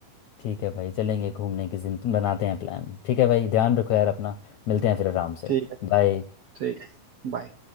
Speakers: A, on the left (about 75°); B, on the right (about 75°).
A: ठीक है भाई चलेंगे घूमने किस दिन बनाते हैं प्लान ठीक है भाई ध्यान रखो यार अपना मिलते हैं फिर आराम से
B: ठीक है
A: बाय
B: ठीक है बाय